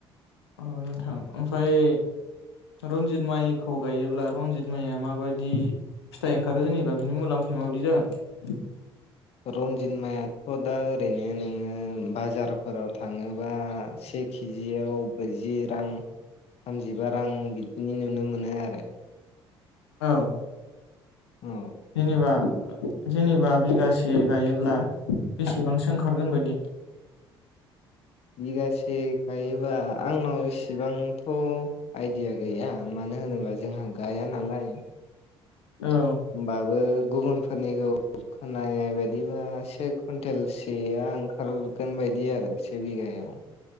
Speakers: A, on the left (about 75°); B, on the left (about 50°).
A: अ नोंथां ओमफ्राय रनजित माइखौ गायोब्ला रनजित माइया माबायदि फिथाइ ओंखारो जेनेबा बिनि मुलाम्फाया माबायदि जागोन?
B: रनजित मायाथ दा ओरैनो नोङो बाजारफोराव थाङोबा से केजियाव ब्रैजि रां थामजिबा रां बिदिनि नुनो मोनो आरो।
A: औ
B: औ
A: जेनेबा जेनेबा बिगासे गायोब्ला। बेसेबांसो ओंखारगोन बायदि।
B: बिगासे गायोबा आंनाव इसेबांथ आइडिया गैया मानो होनोबा जोंहा गाया नालाय।
A: औ
B: होनबाबो गुबुनफोरनिखौ खोनानाय बायदिबासो कुन्टेलसेआ ओंखारगोन बायदि आरो बे बिगा आव